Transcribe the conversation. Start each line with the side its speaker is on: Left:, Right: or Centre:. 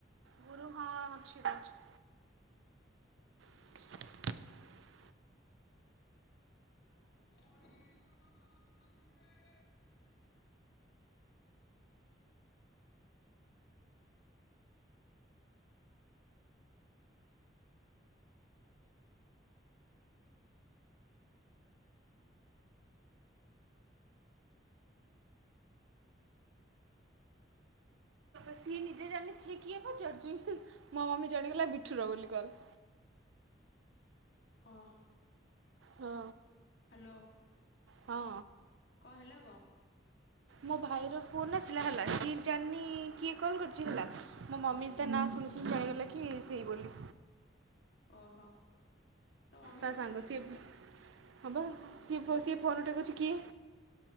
Right: ଗୁରୁ ହଁ ଅଛି ଯାଉଛି। <inaudible>
Left: <inaudible>
Right: ସିଏ ନିଜେ ଜାଣିନି ସିଏ କିଏ ପଚାରୁଛି ମୋ ମମି ଜାଣିଗଲା ମୀଠୁର ବୋଲି କଲ୍।
Left: ହଁ।
Right: ହଁ
Left: ହ୍ୟାଲୋ।
Right: ହଁ।
Left: କଁ ହେଲା କ
Right: ମୋ ଭାଇର ଫୋନ୍ ଆସିଲା ହେଲା, କିଏ ଜାଣିନି କିଏ କଲ୍ କରିଛି, ହେଲା ମୋ ମମି ତା ନାଁ ଶୁଣି ଶୁଣି ଜାଣିଗଲା କି ସେଇ ବୋଲି।
Left: ଓହୋ। ତୋ ମମି
Right: ତା
Left: ସବୁ
Right: ସାଙ୍ଗ
Left: ଜାଣନ୍ତି
Right: ସିଏ ହବ ସିଏ
Left: ମମି
Right: ସିଏ ଫୋନ୍ ଉଠେଇ କହୁଚି କିଏ?